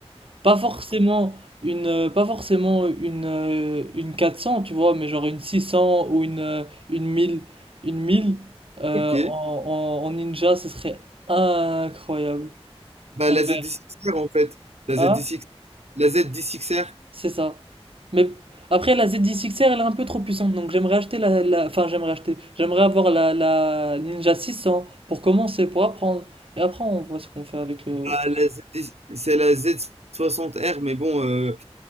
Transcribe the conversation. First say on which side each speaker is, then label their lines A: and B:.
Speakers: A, on the right; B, on the right.
A: pas forcément une, heu, pas forcément une, heu, une 400 tu vois? Mais genre une 600 ou une, heu, une mille Une 1000 heu,
B: Ok.
A: en en en ninja, ce serait incroyable.
B: Bah
A: En
B: la
A: vert.
B: ZD6R en fait. La
A: ah
B: ZD6, la ZD6R.
A: C'est ça. Mais après la Z dix X r elle est un peu trop puissante, donc j'aimerais acheter la la enfin j'aimerais acheter, j'aimerais avoir la la Ninja 600 pour commencer, pour apprendre et après on voit ce qu'on fait avec le
B: Bah, la Z- c'est la Z60R, mais bon, euh,